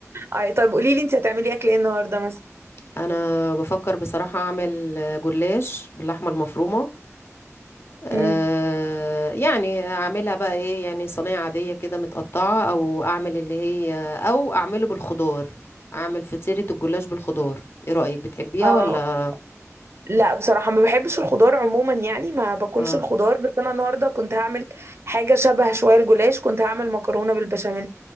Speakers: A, on the right (about 55°); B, on the left (about 50°).
A: اي طب قولي لي انت هتعملي اكل ايه النهاردة مثلا
B: انا بفكر بصراحة اعمل جلاش باللحمة المفرومة أه
A: امم
B: يعني اعملها بقى ايه يعني صينية عادية كده متقطعة او اعمل اللي هي او اعمله بالخضار اعمل فطيرة الجلاش بالخضار ايه رأيك بتحبيها
A: اه
B: ولا
A: لا بصراحة ما بحبش الخضار عموما يعني ما باكلش
B: اه
A: الخضار بس انا النهاردة كنت هعمل حاجة شبه شوية الجلاش كنت هعمل مكرونة بالبشاميل